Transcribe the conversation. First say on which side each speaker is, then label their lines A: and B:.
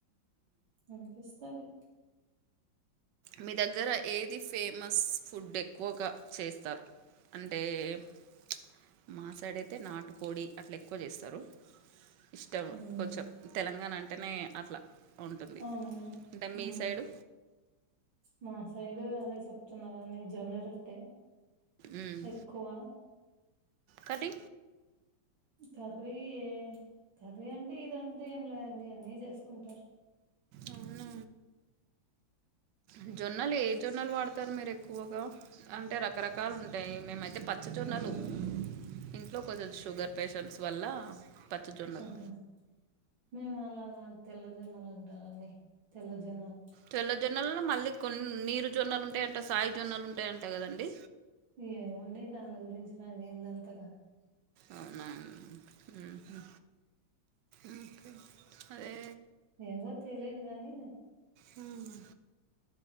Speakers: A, on the right; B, on the right.
A: అనిపిస్తది
B: మీ దగ్గర ఏది ఫేమస్ ఫుడ్ ఎక్కువగా చేస్తారు అంటే ప్చ్ మాసైడితే నాటుకోడి అట్లా ఎక్కువ చేస్తరు ఇష్టం
A: ఉమ్,
B: కొంచెం తెలంగాణ అంటేనే అట్లా ఉంటుంది
A: అవునవును
B: అంటే మీ
A: ఉమ్,
B: సైడు
A: మా సైడు అదే చెప్తున్నా కదా అండి జొన్నారోట్టే
B: ఉమ్,
A: ఎక్కువ
B: కర్రీ
A: కర్రీ ఏ కర్రీ అంటే ఇదంటూ ఏం లేదండి అన్నీ చేసుకుంటారు
B: అవునా ఉ జొన్నలు ఏ జొన్నలు వాడతారు మీరు ఎక్కువగా అంటే రకరకాలు ఉంటాయి మేమైతే అంటే పచ్చజొన్నలు
A: ఉమ్,
B: ఇంట్లో కొంచం షుగర్ పేషెంట్స్ వల్ల పచ్చ జొన్నలు
A: ఉహు మేము అలాగ కాదు తెల్లజొన్నలు అంటారు అన్నీ తెల్లజొన్నలు
B: తెల్ల జొన్నలలో మల్లి కొన్ని నీరు జొన్నలు ఉంటాయంట సాయి జొన్నలు ఉంటాయంటా కదా అండి
A: ఏమొ అండి దాన్ల గురించి నాకు తేల్దు అంతగా
B: అవునా ఉమ్ హు ఓకే అదే
A: ఏవొ తెలిదుగానీ
B: అవునా